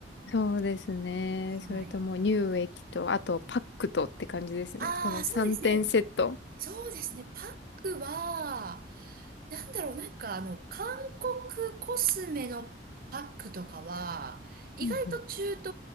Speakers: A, on the left (about 75°); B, on the right (about 55°).
A: そうですね。
B: はい。
A: それとも乳液と、あとパックとって感じですね。
B: ああ、
A: この3点セット。
B: そうですね。そうですね。パックは、なんだろう、なんかあの、韓国コスメのパックとかは、意外と中東、
A: うんうん。